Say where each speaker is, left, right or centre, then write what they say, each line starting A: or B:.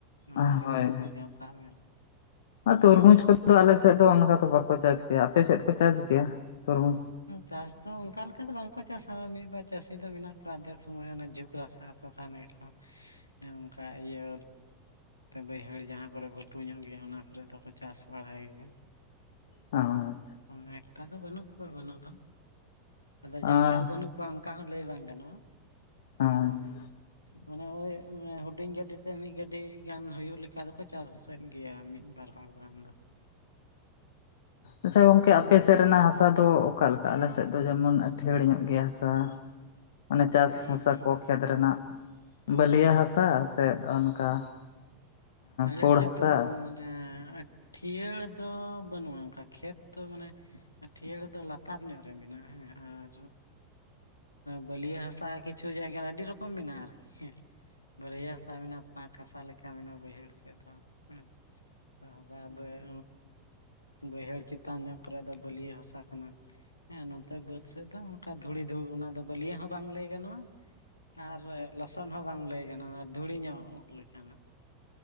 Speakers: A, on the left; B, on the left.
A: ᱱᱚᱣᱟ
B: ᱦᱳᱭ
A: ᱥᱤᱛᱩᱝ ᱫᱤᱱ ᱡᱟᱦᱟᱸ ᱛᱟᱵ ᱮᱱ?
B: ᱟᱨ ᱛᱚᱨᱢᱩᱡᱽ ᱠᱚᱫᱚ ᱟᱞᱮᱥᱮᱜ ᱫᱚ ᱚᱱᱠᱟ ᱫᱚ ᱵᱟᱠᱚ ᱪᱟᱥ ᱜᱮᱭᱟ ᱟᱯᱮ ᱥᱮᱫ ᱠᱚ ᱪᱟᱥ ᱜᱮᱭᱟ ᱛᱚᱨᱢᱩᱡᱽ?
A: ᱪᱟᱥ ᱫᱚ ᱚᱱᱠᱟ ᱞᱮᱠᱟ ᱫᱚ ᱵᱟᱝᱠᱚ ᱪᱟᱥᱟ ᱢᱤᱫ ᱵᱟᱨ ᱪᱟᱹᱥᱤ ᱫᱚ ᱢᱮᱱᱟᱜ ᱠᱚᱣᱟ ᱟᱨᱫᱷᱮᱠ ᱥᱚᱢᱚᱭ ᱚᱱᱟ ᱡᱷᱩᱠᱽ ᱨᱟᱠᱟᱵ ᱠᱚ ᱠᱟᱱ ᱜᱮᱠᱚ ᱚᱱᱠᱟ ᱤᱭᱟᱹ ᱵᱟᱹᱭᱦᱟᱹᱲ ᱡᱟᱦᱟᱸ ᱠᱚᱨᱮ ᱜᱷᱩᱴᱩ ᱧᱚᱜ ᱜᱮᱭᱟ ᱚᱱᱟ ᱠᱚᱨᱮ ᱫᱚᱠᱚ ᱪᱟᱥ ᱵᱟᱲᱟᱭ ᱜᱮᱭᱟ᱾
B: ᱟᱪᱪᱷᱟ
A: ᱫᱚᱢᱮ ᱮᱠᱴᱟ ᱫᱚ ᱵᱟᱹᱱᱩᱜ ᱠᱚᱣᱟ ᱵᱟᱹᱱᱩᱜ ᱫᱚ ᱟᱫᱚ
B: ᱟᱪᱪᱷᱟ
A: ᱡᱮ ᱮᱠᱟᱞ ᱵᱟᱹᱱᱩᱜ ᱠᱚᱣᱟ ᱠᱚᱣᱟ ᱚᱱᱠᱟ ᱦᱚᱸ ᱞᱟᱹᱭ ᱵᱟᱝ ᱜᱟᱱᱚᱜᱼᱟ᱾
B: ᱟᱪᱪᱷᱟ
A: ᱢᱟᱱᱮ ᱳᱭ ᱦᱩᱰᱤᱧ ᱜᱟᱹᱰᱤᱛᱮ ᱢᱤᱫ ᱜᱟᱹᱰᱤ ᱜᱟᱱ ᱦᱩᱭᱩᱜ ᱞᱮᱠᱟ ᱫᱚᱠᱚ ᱪᱟᱥ ᱩᱥᱟᱹᱫ ᱜᱮᱭᱟ ᱢᱤᱫ ᱵᱟᱨ ᱦᱚᱲ ᱨᱮᱱ ᱫᱚ᱾
B: ᱟᱪᱪᱷᱟ ᱜᱚᱝᱠᱮ ᱟᱯᱮ ᱥᱮᱫ ᱨᱮᱱᱟᱜ ᱦᱟᱥᱟ ᱫᱚ ᱚᱠᱟᱞᱮᱠᱟ? ᱟᱞᱮ <unintelligible> ᱫᱚ ᱡᱮᱢᱚᱱ ᱟᱹᱴᱷᱟᱹᱲ ᱧᱚᱜ ᱜᱮᱭᱟ ᱦᱟᱥᱟ ᱢᱟᱱᱮ ᱪᱟᱥ
A: ᱦᱩᱸ
B: ᱦᱟᱥᱟ
A: ᱦᱩᱸ
B: ᱠᱚ ᱠᱷᱮᱛ ᱨᱮᱱᱟᱜ ᱵᱟᱹᱞᱤᱭᱟᱹ ᱦᱟᱥᱟ ᱥᱮᱫ ᱚᱱᱠᱟ
A: ᱟᱞᱮ
B: ᱯᱳᱲ
A: ᱥᱮᱫ
B: ᱦᱟᱥᱟ
A: ᱫᱚ ᱢᱟᱱᱮ ᱴᱷᱤᱭᱟᱹᱲ ᱫᱚ ᱵᱟᱹᱱᱩᱜᱼᱟ ᱚᱱᱠᱟ ᱠᱷᱮᱛ ᱫᱚ ᱢᱟᱱᱮ ᱟᱹᱴᱷᱤᱭᱟᱹᱟᱹᱲ ᱫᱚ ᱞᱟᱛᱟᱨ ᱧᱚᱜᱨᱮ ᱢᱮᱱᱟᱜᱼᱟ ᱦᱮᱸ ᱟᱨ ᱵᱟᱹᱞᱭᱟᱹ ᱦᱟᱥᱟ ᱠᱤᱪᱷᱩ ᱡᱟᱭᱜᱟ ᱟᱹᱰᱤ ᱨᱚᱠᱚᱢ ᱢᱮᱱᱟᱜᱼᱟ ᱟᱨᱠᱤ ᱦᱮᱸ᱾ ᱵᱟᱹᱞᱭᱟᱹ ᱦᱟᱥᱟ ᱢᱮᱱᱟᱜᱼᱟ ᱯᱟᱸᱠ ᱦᱟᱥᱟ ᱞᱮᱠᱟ ᱢᱮᱱᱟᱜᱼᱟ ᱵᱟᱹᱭᱦᱟᱹᱲ ᱥᱮᱫ ᱫᱚ ᱦᱮᱸ᱾ <unintelligible>
B: <inaudible>
A: ᱵᱟᱹᱭᱦᱟᱹᱲ ᱪᱮᱛᱟᱱ ᱧᱚᱜ ᱠᱚᱨᱮ ᱫᱚ ᱵᱟᱹᱞᱭᱟᱹ ᱦᱟᱥᱟ ᱠᱟᱱᱟ᱾ ᱦᱮᱸ ᱱᱚᱛᱮ ᱵᱟᱹᱫᱽ ᱥᱮᱡ ᱫᱚ ᱚᱱᱠᱟ ᱫᱷᱩᱲᱤ ᱫᱷᱩᱲ ᱚᱱᱟ ᱫᱚ ᱵᱟᱹᱞᱭᱟᱹ ᱦᱚᱸ ᱵᱟᱝ ᱞᱟᱹᱭ ᱜᱟᱱᱚᱜᱼᱟ ᱟᱨ ᱞᱚᱥᱚᱫ ᱦᱚᱸ ᱵᱟᱝ ᱞᱟᱹᱭ ᱜᱟᱱᱚᱜᱼᱟ ᱫᱷᱩᱲᱤ ᱧᱚᱜ ᱞᱮᱠᱟᱱᱟᱜ᱾